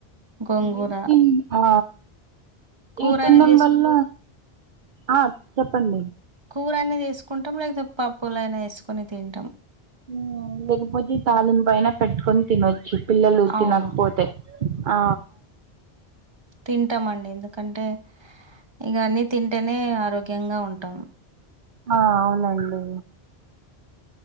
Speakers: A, on the right; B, on the right.
A: గోంగూరా
B: ఇవి తిన్ ఆ
A: కూరనైన్
B: ఇవి తినడం
A: చెస్
B: వల్ల ఆ చెప్పండి
A: కూరైనే చెసుకుం టంలైతే పప్పులైనా వేసుకొని తింటాం
B: మ్ లేకపోతే తాలిం పైన పెట్టుకొని తినొ చ్చు పిల్లలు తినకపోతే
A: అవును
B: ఆ
A: తింటాం అండి ఎందుకంటే ఇగ అన్నీ తింటేనే ఆరోగ్యంగా ఉంటాం
B: ఆ అవునండి